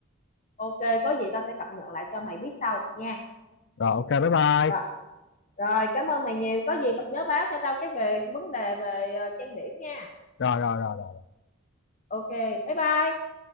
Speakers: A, on the left (about 35°); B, on the left (about 55°).
A: Ok, có gì tao sẽ cập nhật lại cho mày biết sau nha.
B: rồi ok bye bye
A: Rồi, Rồi, cảm ơn mày nhiều. Có gì nhớ báo cho tao cái về vấn đề về ờ, trang điểm nha.
B: rồi rồi rồi
A: Ok, bye bye.